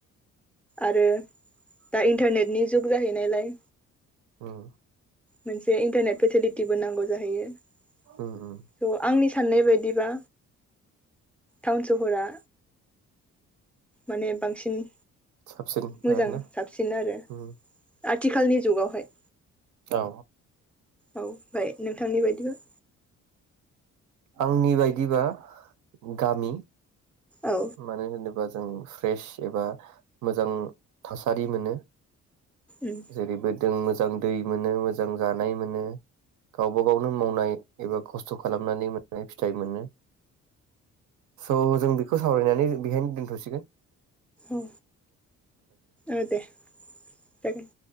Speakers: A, in the centre; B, on the right.
A: आरो दा इन्टारनेटनि जुग जाहैनायलाय।
B: उम
A: मोनसे इन्टारनेट फेसेलिटिबो नांगौ जाहैयो। स
B: उम उम
A: आंनि साननाय बायदिबा टाउन सहरा माने बांसिन
B: साबसिन
A: मोजां
B: आरोना
A: साबसिन आरो
B: उम
A: आथिखालनि जुगावहाय
B: औ
A: औ ओमफाय नोंथांनि बादिबा?
B: आंनि बायदिबा गामि
A: औ
B: मानो होनोबा जों बेस एबा मोजां थासारि मोनो।
A: उम
B: जेरैबो दों मोज मोजां दै मोनो मोजां जानाय मोनो गावबा गावनो मावनाय एबा खस्थ खालामनानै मोननाय फिथाइ मोनो स जों बिख खौ सावरायनानै जों बेहायनो दोन्थसिगोन।
A: औ ओ दे जागोन।